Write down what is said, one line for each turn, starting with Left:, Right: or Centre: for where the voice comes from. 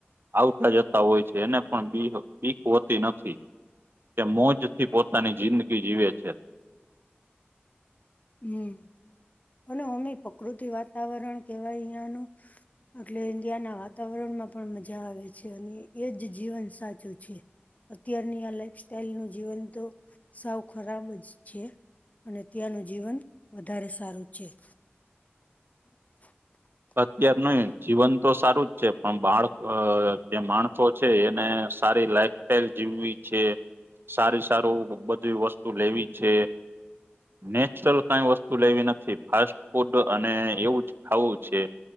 Right: આવતા જતા હોય છે, એને પણ બી બીક હોતી નથી. કે મોજ થી પોતાની જિંદગી જીવે છે.
Left: હમ અને અમે પ્રકૃતિ વાતાવરણ કેવાય અહિયાનું. એટલે ઇન્ડિયાના વાતાવરણમાં પણ મજા આવે છે, અને એજ જીવન સાચું છે. અત્યારની આ લાઈફ સ્ટાઈલ નું જીવન તો સાવ ખરાબ જ છે. અને ત્યાંનું જીવન વધારે સારું છે. <unintelligible>
Right: અત્યાર નહી જીવન તો સારું જ છે, પણ બાળ જે માણસો છે એને સારી લાઇફ તેલ જીવવી છે, સારુ, સારું બધી વસ્તુ લેવી છે. નેચરલ કઈ વસ્તુ લેવી નથી, ફાસ્ટ ફૂડ અને એવું જ ખાવું છે.